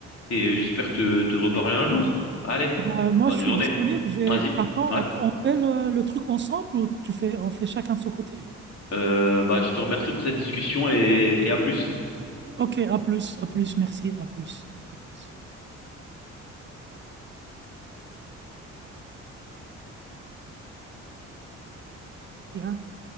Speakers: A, on the left; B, on the right.
A: et j'espère te, te reparler un jour. Allez,
B: Euh, moi,
A: bonne
B: je suis
A: journée.
B: disponible. J'ai...
A: Vas-y.
B: Attends,
A: Ouais.
B: attends, on fait le, le truc ensemble ou tu fais, on fait chacun de son côté?
A: Euh, bah, je te remercie pour cette discussion et, et à plus.
B: Ok, à plus, à plus, merci, à plus, à plus. Bien.